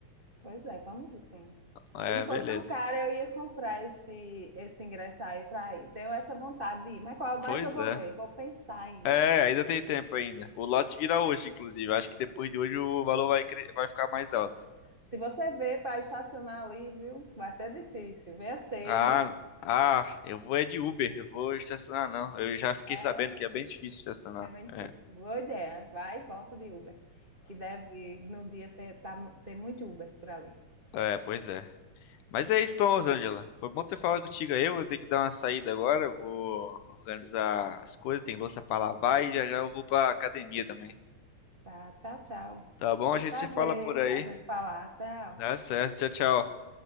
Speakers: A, on the right; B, on the left.
A: pois é, vamos sim.
B: É,
A: Se não fosse
B: beleza.
A: tão caro, eu ia comprar esse, esse ingresso aí para ir. Tenho essa vontade de ir, mas qual
B: Pois
A: mais eu vou
B: é.
A: ver? Vou pensar em
B: É,
A: ir.
B: ainda tem tempo ainda. O lote vira hoje, inclusive. Acho que depois de hoje o valor vai, cre- vai ficar mais alto.
A: Se você vê para estacionar ali, viu? Vai ser difícil. Venha cedo.
B: Ah, ah, eu vou é de Uber, eu vou estacionar não. Eu já fiquei
A: É,
B: sabendo que é bem difícil estacionar.
A: é bem
B: É,
A: difícil. Boa ideia. Vai e volta de Uber, que deve no dia ter, tá mu- ter muito Uber por ali.
B: é, é, pois é. Mas é isso, então, Rosângela. Foi bom ter falado contigo aí. Eu vou ter que dar uma saída agora. Eu vou organizar as coisas, tem louça pra lavar e já já eu vou pra academia também.
A: Tá, tchau, tchau.
B: Tá bom?
A: Foi
B: A
A: um
B: gente
A: prazer
B: se fala por aí.
A: a gente falar. Tchau.
B: Dá certo. Tchau, tchau.